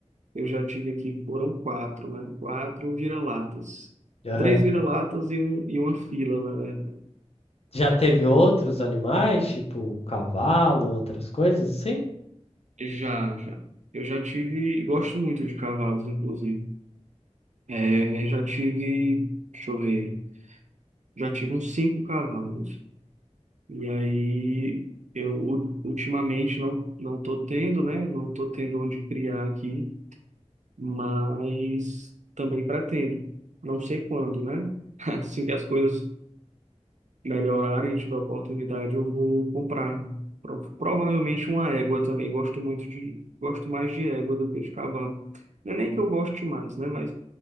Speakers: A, on the right; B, on the left.
A: eu já tive aqui foram quatro, né? Quatro vira-latas.
B: Aham.
A: Três vira-latas e, um, e uma fila, né?
B: Já teve outros animais, tipo cavalo, outras coisas assim?
A: Já, já. Eu já tive, gosto muito de cavalos, inclusive. É, já tive, deixa eu ver, já tive uns cinco cavalos. E aí, eu u- ultimamente não não tô tendo, né? Não tô tendo onde criar aqui, mas também pretendo. Não sei quando, né? <laughs> Assim que as coisas melhorarem, tiver oportunidade, eu vou comprar. Pro- Provavelmente uma égua também. Gosto muito de, gosto mais de égua do que de cavalo. Não é nem que eu goste mais, né? Mas